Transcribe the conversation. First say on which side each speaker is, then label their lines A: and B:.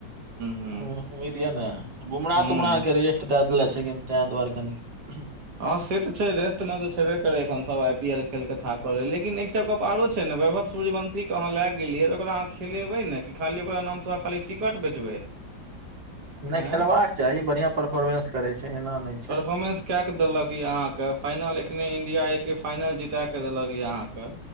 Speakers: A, on the right; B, on the right.
A: हूँ
B: उम्मीद य ने, बुमरा-
A: हूँ
B: तुमरा क र दादला छै क त द्वार कनी <unintelligible>
A: हँ से तऽ छै रेस्ट मे तऽ छेबे करे, एखन सब आई पी एल खेल के थाक कर रहै, लेकिन एक जग आरो छै ने, वैभव, सूर्यवंशीके अहाँ लए गेलियै तऽ ओकरा अहाँ खेलेबै ने कि, खाली ओरा नामसँ खाली टिकट बेचबै।
B: नहि
A: एँ
B: खेलबाक चाही, बढ़िआँ परफोर्मेंस करै छै, एना नहि छै।
A: परफोर्मेंस कए देलक य अहाँके, फाइनल एखने इंडिया एक फाइनल जीता क देलक य अहाँके!